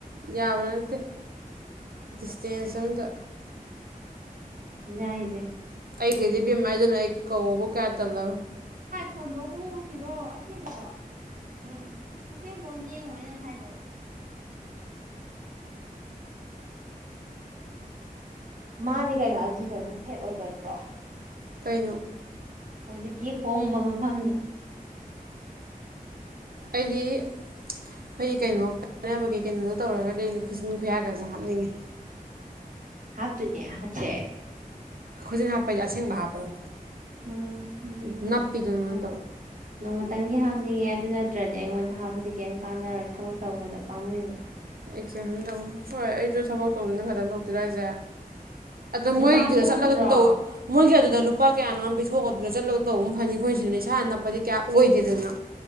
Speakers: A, on the right (about 80°); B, on the right (about 60°).
A: ꯌꯥꯕ ꯅ ꯅꯠꯇꯦ ꯗꯤꯁꯇꯦꯟꯁ ꯑꯃꯗ
B: ꯅꯏꯁ
A: ꯑꯩꯒꯤꯩꯗꯤ ꯕꯦꯝꯝꯃꯥꯏꯗꯨꯅ ꯑꯩ ꯀꯧꯕꯨ ꯀꯌꯥ ꯇꯜꯂꯕꯦ
B: ꯍꯣꯟꯗꯣꯡ ꯃꯣꯡꯒꯤꯗꯣ ꯑꯁꯦꯡꯕꯣ ꯎꯝ ꯑꯁꯦꯡꯕꯣ ꯑꯝꯇ ꯌꯦꯡꯉꯨꯣ ꯍꯥꯏꯩꯅ ꯊꯥꯏꯗꯣ ꯃꯥꯅꯦ ꯀꯩꯅꯣ ꯑꯗꯨꯗꯕꯨ ꯐꯦꯛ ꯑꯣꯏꯒꯗ꯭ꯔꯣ
A: ꯀꯩꯅꯣ
B: ꯍꯧꯖꯤꯛꯀꯤ ꯍꯣꯡꯕ ꯃꯐꯝꯗꯣ
A: ꯑꯩꯗꯤ ꯑꯩꯈꯣꯏꯒꯤ ꯀꯩꯅꯣ ꯀꯥꯟꯅꯕꯒꯤꯩ ꯀꯩꯅꯣꯗꯣ ꯇꯧꯔꯒꯗꯤ ꯑꯩꯅ ꯈꯨꯁꯨꯟ ꯈꯨꯌꯥꯒꯁꯨ ꯍꯥꯞꯅꯤꯡꯉꯤ
B: ꯍꯥꯞꯇꯣꯏꯅꯦ ꯍꯥꯞꯁꯦ
A: ꯈꯖꯤꯟ ꯍꯥꯞꯄꯩꯁ ꯑꯁꯦꯡꯕ ꯍꯥꯞꯄꯗꯣ
B: ꯎꯝ
A: ꯅꯞꯄꯤꯗꯨꯅ ꯅꯠꯇꯕ
B: ꯅꯣꯡꯃꯇꯪꯒꯤ ꯍꯥꯞꯅꯤꯡꯉꯦ ꯑꯗꯨ ꯅꯠꯇ꯭ꯔꯗꯤ ꯑꯩꯉꯣꯟꯗ ꯍꯥꯞꯄꯗꯤ ꯀꯩꯝ ꯀꯥꯟꯅꯔꯣꯏ ꯊꯕꯛ ꯇꯧꯕꯗ ꯄꯥꯝꯃꯨꯕ
A: ꯛ ꯆꯟ ꯍꯣꯏ ꯑꯩꯁꯨ ꯊꯕꯛ ꯇꯧꯗ ꯅꯪ ꯈꯇꯪ ꯇꯧꯗꯤꯔꯏꯁꯦ ꯑ ꯃꯣꯏꯗꯨꯗ
B: ꯑꯗꯨ ꯄꯥꯝꯃꯨꯗ꯭ꯔꯣ
A: ꯆꯠꯂꯒ ꯑꯗꯨꯝ ꯇꯧ ꯃꯣꯏꯒꯤ ꯑꯗꯨꯗ ꯂꯨꯄꯥ ꯀꯌꯥꯅꯣ ꯑꯃ ꯄꯤꯊꯣꯛꯑꯗꯨꯅ ꯆꯠꯂꯒ ꯇꯧꯕ ꯑꯃ ꯐꯅꯤ ꯈꯈꯣꯏꯁꯤꯅ ꯏꯁꯥ ꯅꯛꯄꯗꯤ ꯀꯌꯥ ꯑꯣꯏꯗꯦꯗꯅ